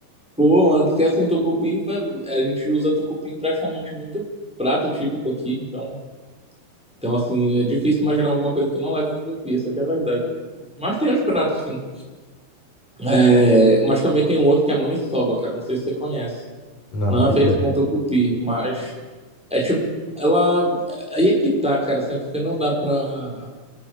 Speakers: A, in the centre; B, on the left.
A: Pô, mano, porque assim, tucupi, fa- a gente usa tucupi em praticamente muito prato típico aqui, então, então assim, é difícil imaginar alguma coisa que não leve tucupi, isso aqui é verdade. Mas tem uns pratos, sim. É, mas também tem um outro que é a maniçoba, cara. Não sei se você conhece.
B: Não,
A: Não
B: o que
A: é feito
B: que é?
A: com tucupi, mas é tipo. Ela. Aí é que tá, cara. Sempre que não dá pra